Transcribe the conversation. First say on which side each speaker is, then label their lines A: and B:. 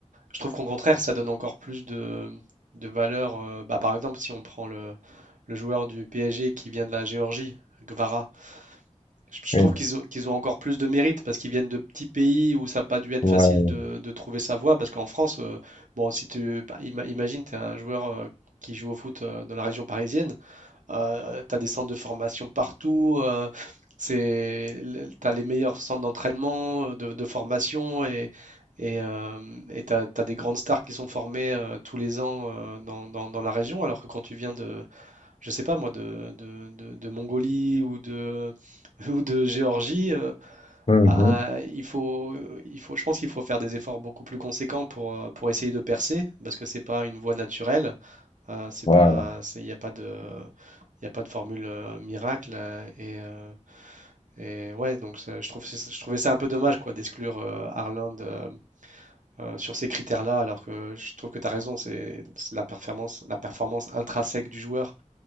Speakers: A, on the right; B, on the left.
A: Je trouve qu'au contraire, ça donne encore plus de, de valeur. euh, bah, par exemple, si on prend le, le joueur du PSG qui vient de la Géorgie, Gvara, je je
B: Mmh.
A: trouve qu'ils ont, qu'ils ont encore plus de mérite parce qu'ils viennent de petits pays où ça n'a pas dû être
B: Voilà.
A: facile de, de trouver sa voie. Parce qu'en France, euh, bon, si tu bah, ima- imagine, tu es un joueur euh, qui joue au foot euh, dans la région parisienne, tu as des centres de formation partout, euh, c'est, tu as les meilleurs centres d'entraînement, euh, de, de formation et, et, euh, et tu as, des grandes stars qui sont formées euh, tous les ans euh, dans, dans- dans la région. Alors que quand tu viens de, je sais pas moi, de, de, de- de Mongolie ou de, <laughs> ou de Géorgie, euh,
B: Mhm.
A: bah, il faut, il faut, je pense qu'il faut faire des efforts beaucoup plus conséquents pour, euh, pour essayer de percer, parce que c'est pas une voie naturelle, euh, c'est
B: Voilà.
A: pas, c'est- il n'y a pas de, il y a pas de formule euh, miracle, euh, et, euh, et ouais, donc ça- je trouve, je trouvais ça un peu dommage quoi d'exclure euh, Haaland, euh, euh, sur ces critères-là, alors que je trouve que tu as raison, c'est c'est la performance, la performance intrinsèque du joueur